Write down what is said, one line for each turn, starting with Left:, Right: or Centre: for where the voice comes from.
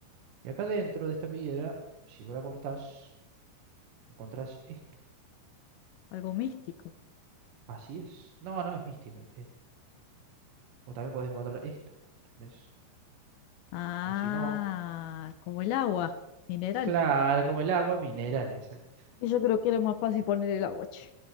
Right: Y acá dentro de esta piedra, si vos la cortás, encontrás esto.
Left: algo místico.
Right: Así es. No, no es místico. O también puedes encontrar esto, ¿entendés?
Left: Ah,
Right: O si no,
Left: como el agua, mineral.
Right: claro, como el agua, minerales exacto.
Left: Y yo creo que era más fácil poner el agua, che.